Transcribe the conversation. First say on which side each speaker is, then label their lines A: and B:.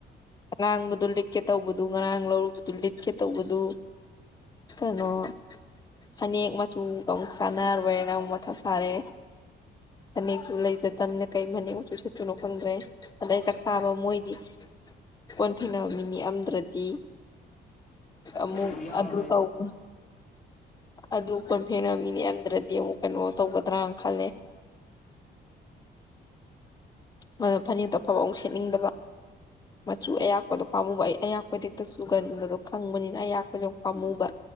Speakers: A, on the left; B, on the left.
A: ꯑꯉꯥꯡꯕꯗꯨ ꯂꯤꯠꯀꯦ ꯇꯧꯕꯗꯨ ꯉꯔꯥꯡ ꯂꯧꯔꯨꯕꯗꯨ ꯂꯤꯠꯀꯦ ꯇꯧꯕꯗꯨ ꯀꯩꯅꯣ ꯐꯅꯦꯛ ꯃꯆꯨꯒ ꯑꯃꯨꯛ ꯆꯥꯟꯅꯔꯣꯏꯅ ꯑꯃꯨꯛ ꯃꯊꯥ ꯁꯥꯔꯦ ꯐꯅꯦꯛꯁꯨ ꯂꯩꯖꯗꯕꯅꯤꯅ ꯀꯩ ꯐꯅꯦꯛ ꯃꯆꯨ ꯁꯦꯠꯇꯣꯏꯅꯣ ꯈꯪꯗ꯭ꯔꯦ ꯑꯗꯩ ꯆꯥꯛ ꯆꯥꯕ ꯃꯣꯏꯗꯤ ꯀꯣꯟ ꯐꯦꯡꯅꯕ ꯃꯤ ꯅꯦꯛꯑꯝꯗ꯭ꯔꯗꯤ
B: ꯑꯗꯨꯕꯨ
A: ꯑꯃꯨꯛ
B: ꯌꯥꯎꯔꯣꯏ
A: ꯑꯗꯨ
B: ꯑꯩꯗꯤ
A: ꯇꯩꯕ ꯑꯗꯨ ꯀꯣꯟ ꯐꯦꯅꯕ ꯃꯤ ꯅꯦꯛꯑꯝꯗ꯭ꯔꯗꯤ ꯑꯃꯨꯛ ꯀꯩꯅꯣ ꯇꯧꯒꯗ꯭ꯔꯥꯅ ꯈꯜꯂꯦ
B: <inaudible>
A: ꯃ ꯐꯅꯛꯇꯣ ꯑꯐꯕ ꯑꯃꯨꯛ ꯁꯦꯠꯅꯤꯡꯗꯕ ꯃꯆꯨ ꯑꯌꯥꯛꯄꯗꯣ ꯄꯥꯝꯃꯨꯕ ꯑꯩ ꯑꯌꯥꯛꯄ ꯍꯦꯛꯇ ꯆꯨꯒꯟꯕꯗꯣ ꯈꯪꯕꯅꯤꯅ ꯑꯌꯥꯛꯄꯁꯦ ꯑꯃꯨꯛ ꯄꯥꯝꯃꯨꯕ